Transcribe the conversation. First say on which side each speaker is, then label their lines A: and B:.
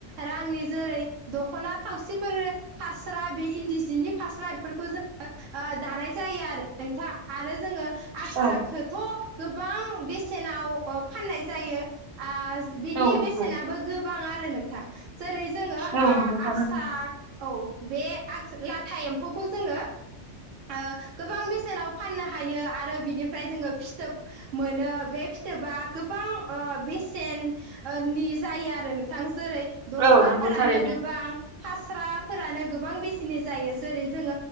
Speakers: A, on the right; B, on the right.
A: रांनि जेरै दख'ना थावसिफोर फास्रा बे इनदि जिनि फास्रा बेफोरखौ जों ओ दानाय जायो आरो नोंथां आरो जोङो आसारखौथ'
B: औ
A: गोबां बेसेनाव ओ फाननाय जायो आ बिनि
B: औ नंगौ
A: बेसेनाबो गोबां आरो नोंथां जेरै जोङो आ
B: औ नंगौ थारैनो
A: आगसा औ बे ला था एमफौखौ जोङो ओ गोबां बेसेनाव फाननो हायो आरो बिनिफ्राय जोङो फिथोब मोनो बे फिथोबा गोबां ओ बेसेननि जायो आरो नोंथां जेरै दख'नाफोरानो
B: औ नंगौ थारैनो
A: गोबां फास्राफोरानो गोबां बेसेननि नि जायो जेरै जोङ